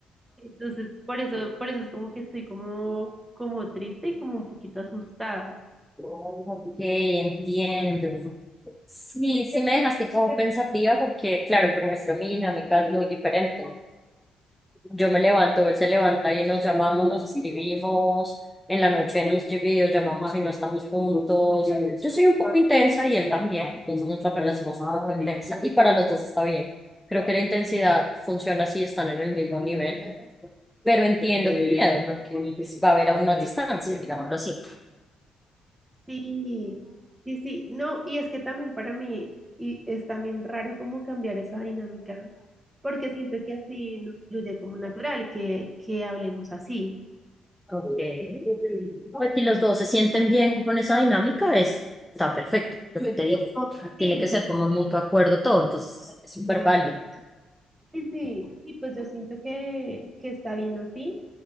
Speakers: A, on the right; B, in the centre.
A: Entonces, por eso, por eso es como que estoy como, como triste y como un poquito asustada.
B: Ok, entiendo. Sí, sí me dejaste como pensativa porque, claro, por ejemplo, mi dinámica es muy diferente. Yo me levanto, él se levanta y nos llamamos, nos escribimos, en la noche nos videollamamos y no estamos juntos. Yo soy un poco intensa y él también, entonces nuestra relación es un poco intensa y para los dos está bien. Creo que la intensidad funciona si están en el mismo nivel, pero entiendo tu miedo, porque pues, va a haber a una distancia, digámoslo así.
A: Sí, sí, sí, no, y es que también para mí y es también raro como cambiar esa dinámica, porque siento que así nos fluye como natural, que, que hablemos así.
B: Okay. Pues si los dos se sienten bien con esa dinámica, es- está perfecto, lo que te digo.
A: Sí,
B: Tiene que ser como un mutuo acuerdo todo, entonces es súper válido.
A: sí, sí, sí, pues yo siento que, que está bien así,